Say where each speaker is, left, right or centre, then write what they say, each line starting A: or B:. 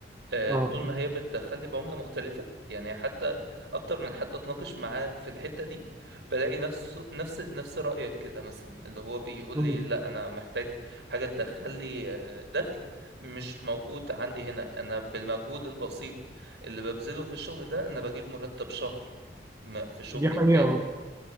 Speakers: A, on the right (about 80°); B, on the right (about 15°).
A: آه،
B: اه
A: طول ما هي بتدخل لي بعملة مختلفة يعني حتى أكتر من حد أتناقش معاه في الحتة دي بلاقي نفس نفس نفس رأيك كده مثلا اللي هو بيقول
B: مم.
A: لي لا أنا محتاج حاجة تدخل لي آه، دخل مش موجود عندي هنا أنا بالمجهود البسيط اللي ببذله في الشغل ده أنا بجيب مرتب شهر م- في شغلي
B: دي حقيقة
A: التاني
B: اه